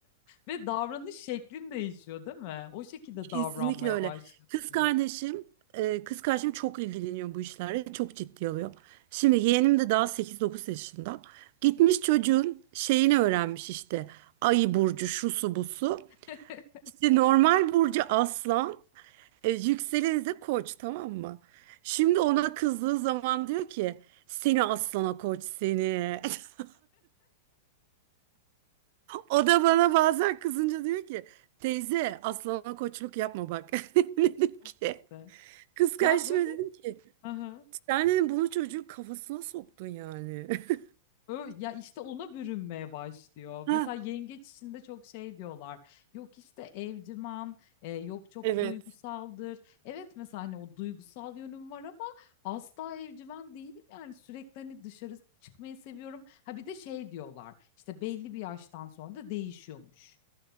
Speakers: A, on the left (about 50°); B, on the right (about 55°).
A: Ve davranış şeklin değişiyor, değil mi? O şekilde
B: Kesinlikle
A: davranmaya
B: öyle.
A: başlıyorsun.
B: Kız kardeşim, e, kız kardeşim çok ilgileniyor bu işlerle. Çok ciddi alıyor. Şimdi yeğenim de daha sekiz dokuz yaşında. Gitmiş çocuğun şeyini öğrenmiş işte. Ayı burcu, şusu busu.
A: <laughs>
B: İşte normal burcu aslan, e, yükseleni de koç tamam mı? Şimdi ona kızdığı zaman diyor ki seni aslana koç seni. <laughs> O da bana bazen kızınca diyor ki teyze aslana koçluk yapma bak. <laughs> Dedim
A: Al
B: ki
A: işte.
B: Kız kardeşime
A: Ya böyle
B: dedim ki
A: hı
B: Sen bunu çocuğun kafasına soktun yani. <laughs>
A: Ö- Ya işte ona bürünmeye başlıyor.
B: Ha,
A: Mesela yengeç içinde çok şey diyorlar. Yok işte evcimen, e, yok çok
B: evet.
A: duygusaldır. Evet mesela hani o duygusal yönüm var ama asla evcimen değilim. Yani sürekli hani dışarı çıkmayı seviyorum. Ha bir de şey diyorlar. İşte belli bir yaştan sonra da değişiyormuş.